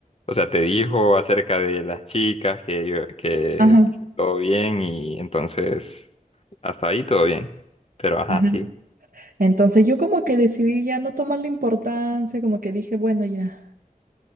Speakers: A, on the left; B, on the right.
A: o sea, te dijo acerca de las chicas que, que,
B: ajá,
A: que todo bien y entonces hasta ahí todo bien. Pero ajá,
B: ajá.
A: sí,
B: Entonces yo como que decidí ya no tomarle importancia, como que dije, bueno, ya.